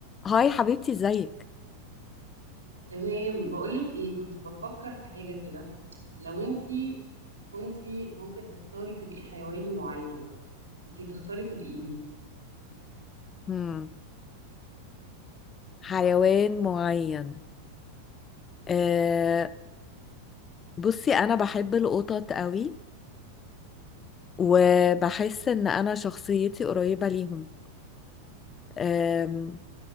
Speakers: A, on the left (about 25°); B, on the right (about 75°).
A: هاي حبيبتي ازيك
B: تمام بقولك ايه كنت بفكر في حاجة كده لو انتي كنتي ممكن تختاري تبقي حيوان معين كنتي تختاري تبقي ايه
A: مم. حيوان معين أه بصي انا بحب القطط قوي وبحس ان انا شخصيتي قريبة ليهم أه